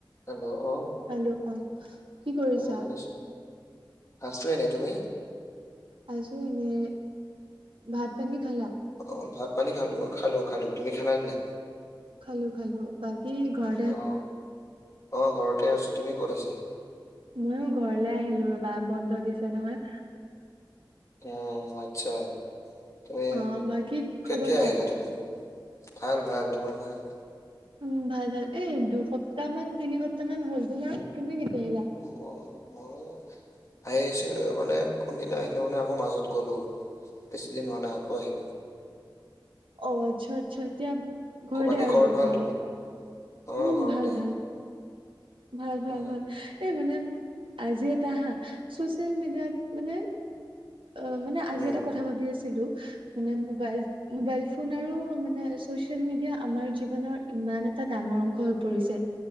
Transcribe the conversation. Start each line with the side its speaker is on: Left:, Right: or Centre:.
Left: Hello অ'
Right: hello অ' কি কৰিছা?
Left: অ শুনিছো আছো নাই তুমি?
Right: আছো এনে ভাত পানি খালা?
Left: অ, ' ভাত পানী খালো, খালো, খালো তুমি খালা নে নাই?
Right: খালো খালো। বাকী ঘৰ
Left: অ, অ, ঘৰতে আছো তুমি ক'ত আছা?
Right: ময়ো ঘৰলে আহিলো ৰবা বন্ধ দিছে নহয়।
Left: অ', আচ্ছা তমি
Right: অ বাকী
Left: কেতিয়া
Right: খবৰ ভাল
Left: আহিলা তুমি? ভাল, ভাল, তোমাৰ ভাল?
Right: উম, ভাল ভাল এ দুসপ্তাহ মান তিনি সপ্তাহ মান হল তোমাৰ তুমি কেতিয়া আহিলা?
Left: মই মই আহিছিল মানে, কোনদিনা আহিলে মানে আকৌ মাজত গ'লো। বেছি দিন হোৱা নাই, আকৌ আহিলো।
Right: অ', আচ্ছা আচ্ছা এতিয়া ঘৰতে
Left: ক- বাকী
Right: আৰু
Left: ঘৰত
Right: বৰ্তমান
Left: ভাল তোমাৰ
Right: মানে।
Left: অ
Right: উম'
Left: ঘৰতে
Right: ভাল, ভাল, ভাল, ভাল,
Left: অ
Right: ভাল, এই মানে আজি এটা হা, চচিয়েল মিডিয়াত মানে অ', মানে আজি
Left: উম
Right: এটা কথা ভাবি আছিলো মানে মবাইল মোবাইল ফোন আৰু মানে চচিয়েল মিডিয়া আমাৰ জীৱনৰ ইমান এটা ডাঙৰ অংশ হৈ পৰিছে।